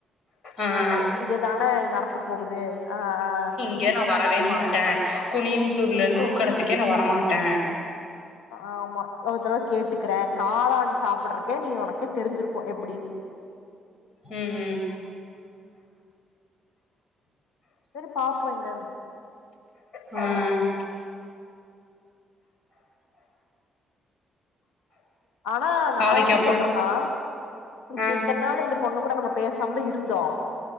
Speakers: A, on the left; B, on the left.
A: ஆ ஆ
B: இதுதானே நடக்க போகுது ஆ ஆ
A: இல்ல நா வரவே மாட்டேன் குனியமுத்தூர்ல இருந்து உக்கடத்துக்கே நா வரமாட்டேன்
B: ஆமா ஒரு தரவ கேட்டுக்கிறேன் காளான் சாப்பிர்ரக்கே நீ உனக்கே தெருஞ்சிருக்கும் எப்டின்னு
A: ம் ம்
B: செரி பாப்போ என்னன்னு
A: ம்
B: ஆனா நா
A: நாளைக்கு
B: என்ன
A: அப்போ
B: சொல்றேன்னா இப்ப
A: ஆ
B: இத்தன்னால் இந்த பொண்ணு கூட நம்ம பேசாம இருந்தோ